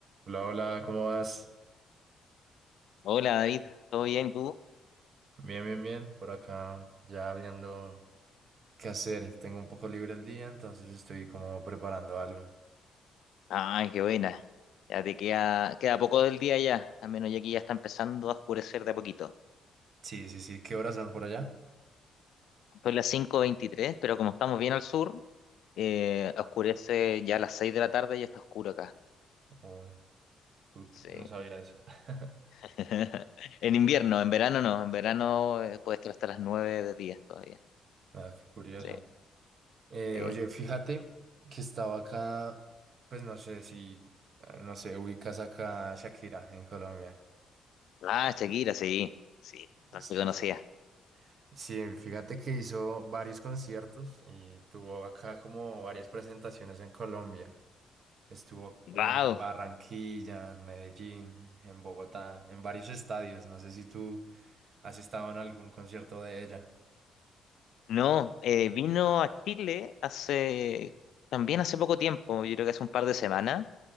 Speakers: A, on the right; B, on the left.
A: Hola, hola, ¿cómo vas?
B: Hola David, ¿todo bien tú?
A: Bien, bien, bien. Por acá ya viendo qué hacer. Tengo un poco libre el día, entonces estoy como preparando algo.
B: Ay, qué buena. Ya te queda, queda poco del día ya, al menos ya aquí ya está empezando a oscurecer de a poquito.
A: Sí, sí, sí. ¿Qué horas son por allá?
B: Son las cinco veintitrés, pero como estamos bien al sur, eh, oscurece ya a las 6 de la tarde y ya está oscuro acá.
A: Oh, tú-
B: Sí.
A: no sabía eso. <laughs>
B: <laughs> En invierno, en verano no, en verano eh, puede estar hasta las 9 de día todavía.
A: Ah, qué curioso.
B: Sí,
A: Eh,
B: sí.
A: oye, fíjate que estaba acá, pues no sé si, eh, no sé, ubicas acá a Shakira en Colombia.
B: Ah, Shakira, sí, sí, tanto
A: Sí,
B: conocía.
A: sí, sí. Sí, fíjate que hizo varios conciertos y tuvo acá como varias presentaciones en Colombia. Estuvo
B: Wow,
A: en Barranquilla, en Medellín, en Bogotá, en varios estadios. No sé si tú has estado en algún concierto de ella.
B: no, eh, vino a Chile hace, también hace poco tiempo, yo creo que hace un par de semanas.